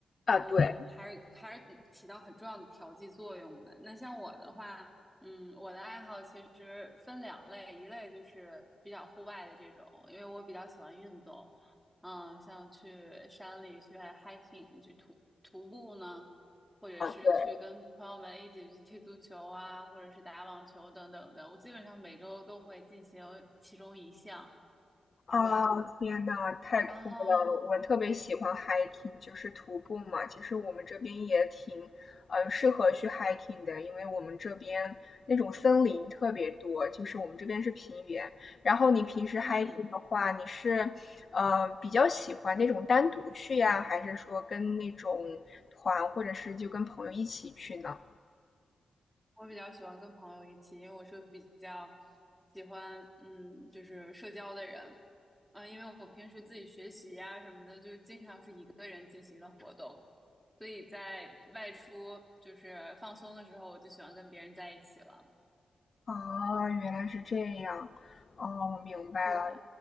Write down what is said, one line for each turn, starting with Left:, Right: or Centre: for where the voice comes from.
Left: 啊，
Centre: 嗯，
Left: 对，
Centre: 还是还是起到很重要的调剂作用的。那像我的话，嗯，我的爱好其实分两类，一类就是比较户外的这种，因为我比较喜欢运动，嗯，像去山里去 hiking 去徒徒步呢。或者是去跟朋友们一起去踢足球啊，
Left: 对。
Centre: 或者是打网球等等的。我基本上每周都会进行其中一项。
Left: 啊，
Centre: 对，
Left: 天呐，太酷了！
Centre: 然后
Left: 我特别喜欢 hiking，就是徒步嘛。其实我们这边也挺，嗯，适合去 hiking 的，因为我们这边那种森林特别多，就是我们这边是平原。然后你平时
Centre: 嗯，
Left: hiking 的话，你是，呃，比较喜欢那种单独去呀，还是说跟那种团，或者是就跟朋友一起去呢？
Centre: 我比较喜欢跟朋友一起，因为我是比较喜欢嗯，就是社交的人。啊，因为我平时自己学习呀、什么的，就经常是一个人进行的活动，所以在外出就是放松的时候，我就喜欢跟别人在一起了。
Left: 啊，原来是这样。哦，我明白了。
Centre: 对，